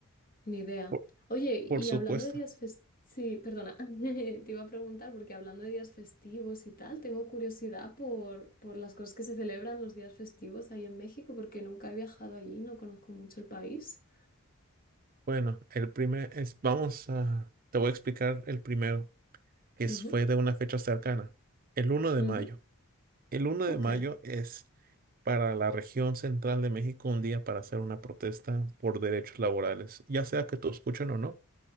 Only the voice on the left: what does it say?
Ni idea.
Oye,
y
hablando de días festivos, sí, perdona, <laughs> te iba a preguntar porque hablando de días festivos y tal, tengo curiosidad por, por las cosas que se celebran los días festivos ahí en México porque nunca he viajado allí, no conozco mucho el país.
Ujú,
ujú,
Ok.